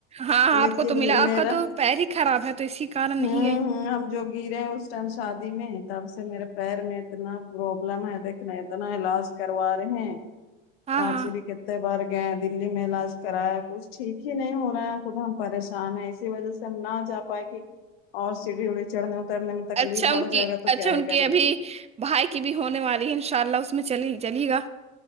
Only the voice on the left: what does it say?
لیکن
میرا
ہوں
ہ ہم جو گرے ہیں اس ٹائم شادی میں تب سے میرے پیر میں اتنا پروابلم ہے دیکھنا اتنا علاج کروا رہے ہیں
رانچی
بھی کت بر گئے دہلی میں علاج کرایا کچھ ٹھیک ہی نہیں ہو رہا ہے خود ہم پریشان ہیں اس وجہ سے ہم نہ جا پائے گے اور سیڑھی اڑھی چڑھنے اترنے میں تکلیف
بڑھ
جائے گا تو
کیا
ہی
کریں
گے